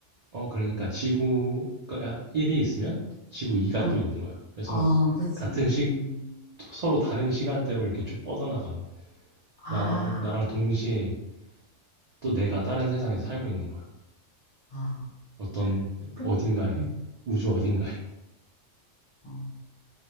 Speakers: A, on the right; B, on the left.
A: 어 그러니까 지구가 1이 있으면 지구 2가
B: 어.
A: 또 있는 거야. 그래서
B: 어 그치.
A: 같은
B: 음,
A: 시 서로 다른 시간대로 이렇게 쭉 뻗어나가는
B: 아,
A: 나방 나랑 동시에 또 내가 다른 세상에서 살고 있는 거야.
B: 아,
A: 어떤
B: 그,
A: 어딘가에
B: 음
A: 우주 어딘가에
B: 어.